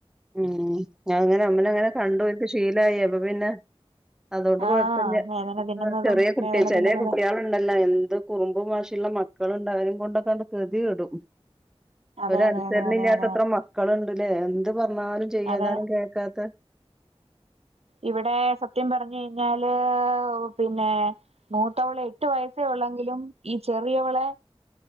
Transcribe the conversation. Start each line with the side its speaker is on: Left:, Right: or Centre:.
Centre: ഉം ഞ്ഞി അത്ങ്ങനെ അമ്നെ ങ്ങനെ കണ്ടോല്ക്ക്‌ ശീലായി അപ്പൊ പിന്നെ അതോണ്ട് കൊഴപ്പല്ല്യ
Right: ആഹ് വേദന
Centre: ഇപ്പ
Right: തിന്നുന്നതും
Centre: ചെറ്യേ കുട്ടി
Right: വേദന
Centre: ചെലേ
Right: തിന്നുന്നത്
Centre: കുട്ട്യാള് ണ്ടല്ലോ എന്ത് കുറുമ്പും വാശിള്ള മക്കള്ണ്ട് അവരേം കൊണ്ടൊക്ക അങ്ങ് ഗതികെടും ഉം
Right: അതെ
Centre: ഒരനുസരണല്ല്യാത്തത്ര
Right: അതെ അതെ അതെ അതെ അതെ
Centre: മ ക്കള്ണ്ട്ല്ലേ എന്ത് പറഞ്ഞാലും ചെയതാലും
Right: അതെ
Centre: കേക്കാത്ത
Right: ഇവിടെ സത്യം പറഞ്ഞ് കഴിഞ്ഞാല് പിന്നെ മൂത്തവള് എട്ട് വയസ്സേ ഉള്ളങ്കിലും ഈ ചെറിയവളെ